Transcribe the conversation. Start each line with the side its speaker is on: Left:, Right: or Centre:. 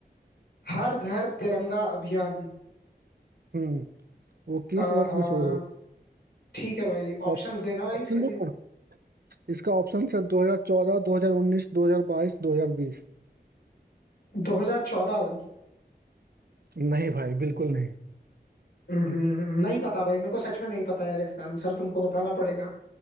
Left: हर घर तिरंगा अभियान
Right: हम्म वो किस
Left: आहा
Right: वर्ष में शुरू हुआ
Left: ठीक है भाई ऑप्शंस
Right: ऑप्शन
Left: देना भाई
Right: ऑप्शन
Left: इसके लिए
Right: दो। तो। इसका ऑप्शन सर 2014 2019 2022 2020
Left: 2014 भाई
Right: नहीं भाई बिल्कुल नहीं
Left: हम्म, हम्म, नहीं पता भाई मेरे को सच में नहीं पता यार इसका आंसर तुमको बताना पड़ेगा